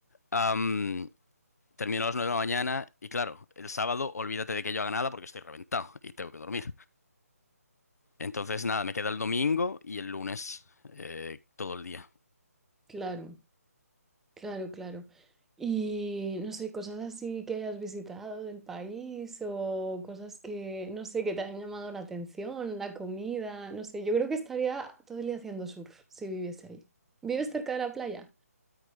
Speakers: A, on the left; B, in the centre.
A: am, termino a las nueve de la mañana y, claro, el sábado olvídate de que yo haga nada porque estoy reventado y tengo que dormir. Entonces, nada, me queda el domingo y el lunes eh, todo el día.
B: Claro, claro, claro. Y no sé, cosas así que hayas visitado del país o cosas que, no sé, que te hayan llamado la atención, la comida, no sé, yo creo que estaría todo el día haciendo surf si viviese ahí. ¿Vives cerca de la playa?